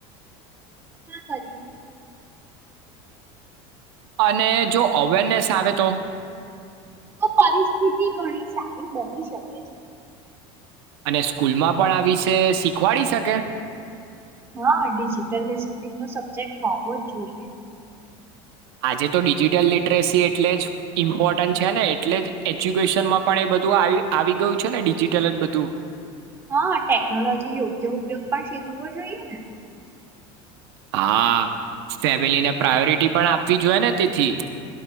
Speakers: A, on the right; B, on the right.
A: કરી
B: અને જો અવેરનેસ આવે તો
A: તો પરિસ્થિતિ ઘણી સારી બની શકે છે
B: અને સ્કૂલમાં પણ આ વિશે શીખવાડી શકે
A: હા ડિજિટલ ડિસિપ્લન નો સબ્જેક્ટ હોવો જ જોઈએ
B: આજે તો ડિજિટલ લિટરેસી એટલે જ ઇમ્પોર્ટન્ટ છે ને એટલે જ એજ્યુકેશનમાં પણ એ બધું આવી આવી ગયું છે ને ડિજિટલ જ બધું
A: હા ટેકનોલોજી યોગ્ય ઉપયોગ પણ શીખવો જોને
B: હા ફેમિલીને પ્રાયોરિટી પણ આપવી જો હોય ને તેથી